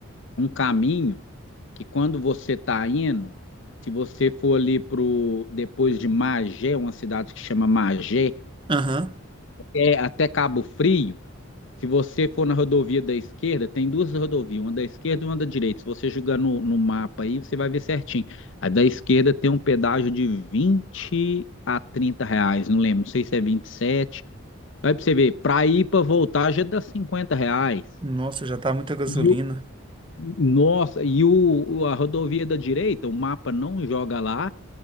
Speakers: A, on the left; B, on the right.
A: um caminho que quando você está indo, se você for ali pro depois de Magé, uma cidade que chama Magé,
B: Aham.
A: até, até Cabo Frio, se você for na rodovia da esquerda, tem duas rodovias, uma da esquerda e uma da direita. Se você jogar no, no mapa aí, você vai ver certinho. A da esquerda tem um pedágio de 20 a 30 reais, não lembro, não sei se é 27. Aí pra você ver, pra ir pra voltar já dá 50 reais.
B: Nossa, já tá muita gasolina
A: E o, nossa, e o, o- a rodovia da direita, o mapa não joga lá,